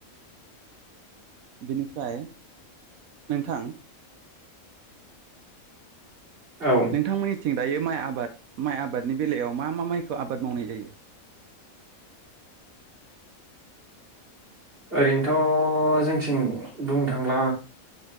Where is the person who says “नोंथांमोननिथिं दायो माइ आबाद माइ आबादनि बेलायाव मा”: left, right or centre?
Right